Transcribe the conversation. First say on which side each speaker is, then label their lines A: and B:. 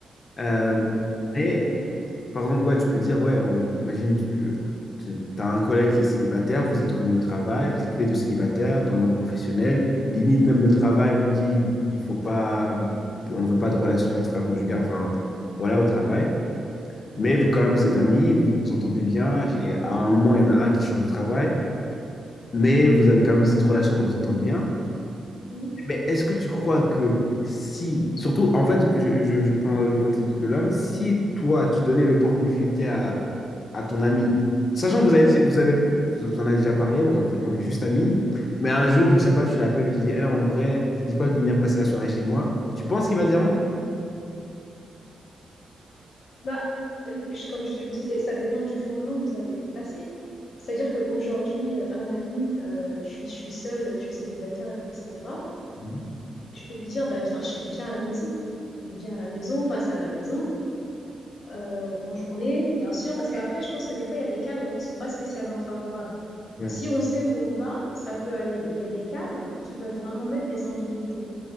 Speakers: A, on the left (about 45°); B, on the left (about 65°).
A: Euh,
B: oui.
A: mais, par exemple, ouais, tu peux dire, ouais, on, imagine, tu as un collègue qui est célibataire, vous êtes connus au travail, vous êtes tous les deux célibataires dans le monde professionnel. Limite, même le travail vous dit, il faut pas, on ne veut pas de relation extra-conjugale, enfin, voilà, au travail. Mais vous, quand même, vous êtes amis, vous vous entendez bien. Et à un moment, il y en a un qui change de travail, mais vous avez quand même cette relation de vous entendre bien.
B: Mmh.
A: Mais est-ce que tu crois que si, surtout, en fait, je, je- je prends le côté de l'homme, si toi, tu donnais l'opportunité à, à ton ami, sachant que vous avez, vous avez, vous en avez déjà parlé, on, on est juste amis, mais un jour, je sais pas, tu l'appelles, tu dis, Eh, en vrai, ça te dit pas de venir passer la soirée chez moi, tu penses qu'il va dire non?
B: Bah, euh, je- comme je te le disais, ça dépend du fondement que vous avez placé. C'est-à-dire qu'aujourd'hui, euh, un ami, euh, je suis, je suis seule, je suis célibataire, etc.
A: Mhm.
B: Je peux lui dire, bah, viens, chez- viens à la maison. Viens à la maison, passe à la maison, euh, en journée, bien sûr, parce qu'après, je pense que des fois, il y a des cadres qui sont pas spécialement favorables.
A: Ouais,
B: Si on sait où on va, ça peut aller, mais il y a des cadres qui peuvent vraiment mettre des ambiguïtés.